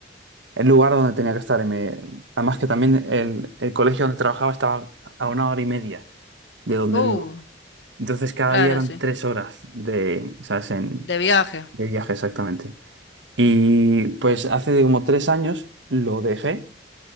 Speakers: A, on the right (about 80°); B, on the left (about 75°).
A: el lugar donde tenía que estar. Y me- además que también el, el colegio donde trabajaba estaba a una hora y media de donde
B: uh,
A: vivo. Entonces cada
B: claro,
A: día eran
B: sí.
A: tres horas de, ¿sabes? En,
B: De viaje.
A: de viaje exactamente. Y pues hace como tres años lo dejé